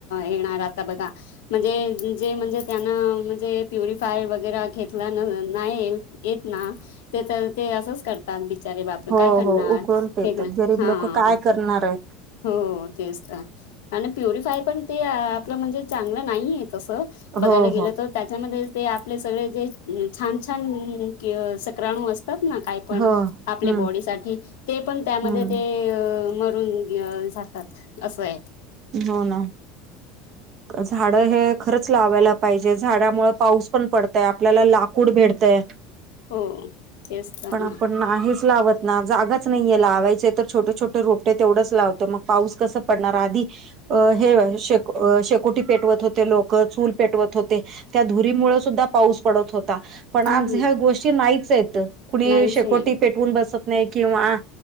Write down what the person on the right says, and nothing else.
हो
हो उकळून पेतात
गरीब
लोक काय करणार आहेत
हो
हो
हो हम्म
हम्म
हो ना झाड हे खरंच लावायला पाहिजे झाडामुळे पाऊस पण पडतय आपल्याला लाकूड भेटतय
पण
आपण नाहीच लावत ना जागाच नाहीये लावायच तर छोटे छोटे रोपटे तेवढंच लावतं मग पाऊस कसं पडणार आधी अ हे शे शेकोटी पेटवत होते लोकं चूल पेटवत होते त्या धुरीमुळे सुद्धा पाऊस पडत होता पण
आज ह्या गोष्टी नाहीच हेत कुणी
शेकोटी
पेटवून बसत नाही किंवा